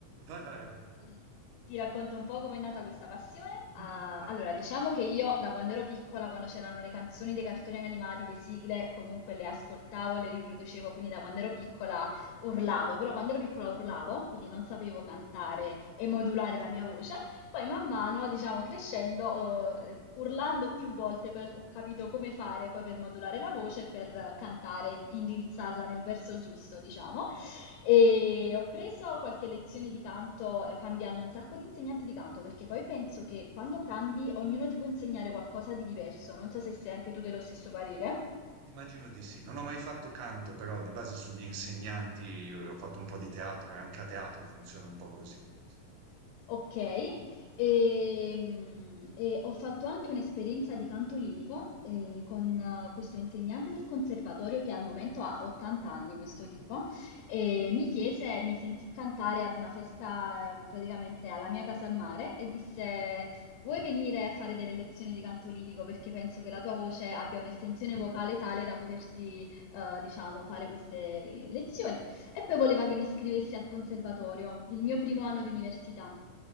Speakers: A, on the right; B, on the left.
A: vai, vai, vai.
B: eh, ti racconto un po' com'è nata questa passione. Ah,
A: <clears throat>
B: allora, diciamo che io da quando ero piccola, quando c'erano le canzoni dei cartoni animati, le sigle, comunque le ascoltavo, le riproducevo, quindi da quando ero piccola urlavo, però quando ero piccola urlavo, quindi non sapevo cantare e modulare la mia voce. Poi man mano, diciamo, crescendo, eh, urlando più volte, poi ho capito come fare poi per modulare la voce, e per cantare, indirizzarla nel verso giusto, diciamo. E ho preso qualche lezione di canto eh, cambiando un sacco di insegnanti di canto, perché poi penso che quando cambi ognuno ti può insegnare qualcosa di diverso. Non so se sei anche tu dello stesso parere.
A: Immagino di sì. Non ho mai fatto canto, però di base sugli insegnanti eh, ho fatto un po' di teatro e anche a teatro funziona un po' così. Sì.
B: Okay. Ehm, e ho fatto anche un'esperienza di canto lirico, ehm, con eh, questo insegnante del conservatorio che al momento ha 80 anni, questo tipo, e mi chiese mi sentì cantare ad una festa, ehm, praticamente alla mia casa al mare e disse: "Vuoi venire a fare delle lezioni di canto lirico? Perché penso che la tua voce abbia un'estensione vocale tale da poterti, uhm, diciamo, fare queste eh, lezioni". E poi voleva che mi iscrivessi al conservatorio, il mio primo anno di università.